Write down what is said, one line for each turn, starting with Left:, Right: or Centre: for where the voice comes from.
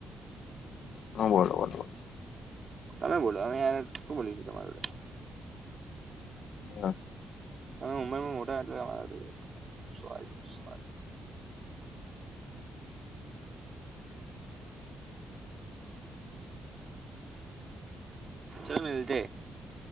Left: હા, બોલો બોલો
Right: તમે બોલો અમે યાર શું બોલીશું <unintelligible>
Left: હા.
Right: તમે ઉંમરમાં મોટા એટલે અહ સોરી સોરી ચાલો મળીએ